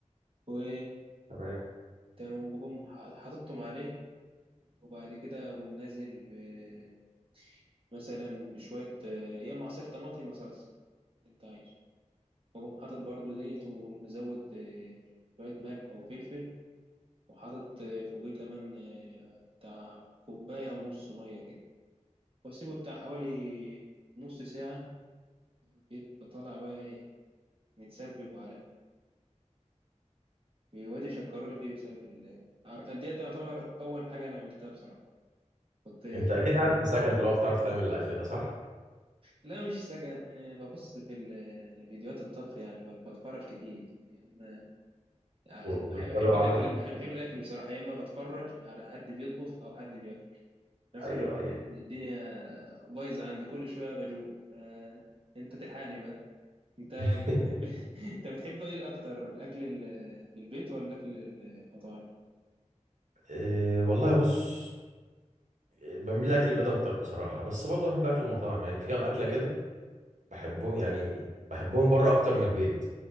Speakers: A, on the right (about 45°); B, on the right (about 80°).
A: و
B: تمام
A: تمام وبقوم حاططهم عليه وبعد كده أقوم نازل ب- مثلا بشوية آه، يا إما عصير طماطم يا صلصة اللي أنت عايزه وأقوم حاطط برضو ديت وأقوم مزود آه، شوية ملح وفلفل وحاطط آه، فوقيه كمان آه، بتاع كوباية ونص مية كده وأسيبه بتاع حوالي نص ساعة بيبقى طالع بقى إيه متسبك وعلم وادي شكرولي فيه بسبب ال- العرق- ديت تعتبر أول حاجة أنا عملتها بصراحة كنت
B: أنت أكيد قاعد في سكن طالما بتعرف تعمل الأكل ده صح؟
A: لا مش سكن آه، ببص في ال- آه، فيديوهات الطبخ يعني ب- بتفرج كتير يا اما بحب
B: وبتجرب
A: بحب
B: عندك
A: الاكل بحب بحب الاكل بصراحه يا اما بتفرج على حد بيطبخ او حد بياكل في الاخر
B: أيوه
A: الواحد
B: أيوه
A: الدنيا بايظه عند كل شويه بجوع فانت تلحقني بقى انت
B: <laughs>
A: بت- <laughs> انت بتحب ايه اكتر الاكل ال- البيت ولا الاكل المطاعم
B: إيه والله بص بميل لاكل البيت اكتر بصراحه بس برضه بحب اكل المطاعم يعني في كام اكله كده بحبه يعني بحبهم بره اكتر من البيت